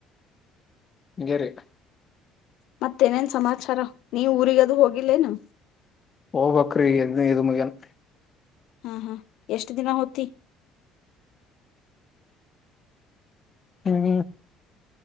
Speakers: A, on the left; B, on the left.
A: ಹೇಳಿ.
B: ಮತ್ತೇನೇನ್ ಸಮಾಚಾರ ನೀ ಊರಿಗ ಅದು ಹೋಗಿಲ್ಲೇನು.
A: ಹೋಗಬೇಕ್ರಿ ಇಲ್ಲಿ ಇದು ಮುಗಿದಿಲ್ಲ.
B: ಹಾ ಹಾ ಎಷ್ಟ್ ದಿನ ಹೋತಿ.
A: ಹ್ಮ್